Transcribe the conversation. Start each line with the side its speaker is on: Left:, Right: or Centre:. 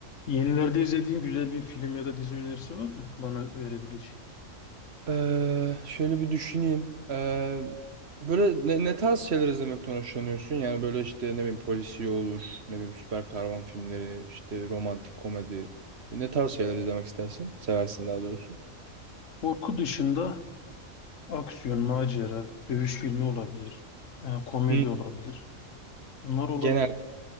Left: Yenilerde izlediğin güzel bir film ya da dizi önerisi var mı bana verebileceğin?
Right: Eee, şöyle bir düşüneyim. Eee, böyle ne, ne tarz şeyler izlemekten hoşlanıyorsun? Yani böyle işte ne bileyim polisiye olur, ne bileyim süper kahraman filmleri, işte romantik komedi. Ne tarz şeyler izlemek istersin? Seversin daha doğrusu.
Left: Korku dışında aksiyon, macera, dövüş filmi olabilir, e, komedi
Right: Hı.
Left: olabilir. Bunlar olabilir.
Right: Genel,